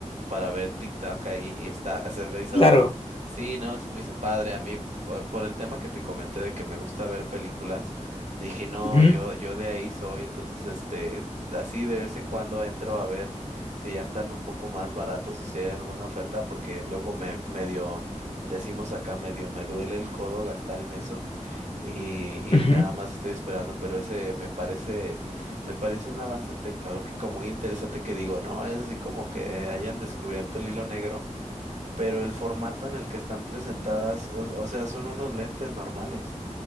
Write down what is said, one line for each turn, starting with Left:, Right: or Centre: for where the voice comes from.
Right: para ver TikTok ahí y está, se me hizo,
Left: Claro.
Right: sí, no, se me hizo padre a mí eh, por el tema que te comenté de que me gusta ver películas, dije, no,
Left: Ujú,
Right: yo, yo de ahí soy, entonces, este, así de vez en cuando entro a ver si ya están un poco más baratos o si hay alguna oferta, porque luego me medio, decimos acá medio, me duele el codo gastar en eso. Y,
Left: ujú.
Right: y nada más estoy esperando, pero ese me parece, me parece un avance tecnológico muy interesante que digo, no, es así como que hayan descubierto el hilo negro, pero el formato en el que están presentadas, o, o sea, son unos lentes normales.